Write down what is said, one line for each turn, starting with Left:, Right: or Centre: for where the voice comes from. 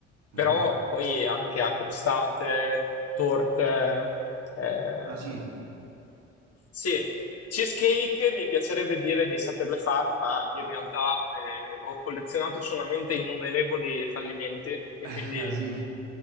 Right: Mhm.
Left: però poi anche a crostate, torte, ehm,
Right: Ah sì?
Left: sì, cheesecake mi piacerebbe dire di saperle fare, ma in realtà eh, ho collezionato solamente innumerevoli fallimenti e
Right: <laughs>
Left: quindi
Right: Ah sì,